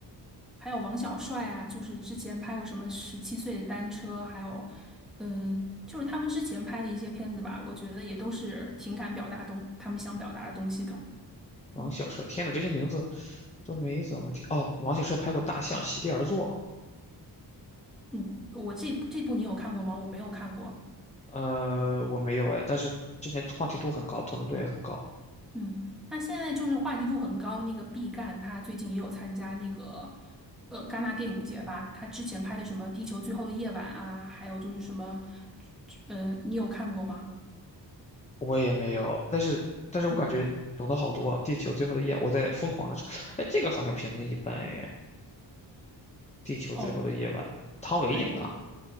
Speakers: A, in the centre; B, on the left.
A: 还有王小帅啊，就是之前拍过什么《十七岁的单车》，还有，嗯、就是他们之前拍的一些片子吧，我觉得也都是情感表达东他们想表达的东西的。
B: 王小帅，
A: 嗯
B: 天呐，这些名字都没怎么听。哦，王小帅拍过《大象席地而坐》，
A: 嗯，我这这部你有看过吗？我没有看过。
B: 呃，我没有哎，但是之前话题度很高，讨论度也很高，
A: 嗯，那现在就是话题度很高，那个毕赣他最近也有参加那个呃戛纳电影节吧，他之前拍的什么《地球最后的夜晚》啊，还有就是什么，呃，你有看过吗？
B: 我也没有。但是，但是我感觉懂得好多，
A: 嗯，
B: 《地球最后的夜》，我在疯狂的查。哎，这个好像评分一般哎，《地球最后的夜晚》，
A: 哦，
B: 汤唯演的啊
A: 对，我。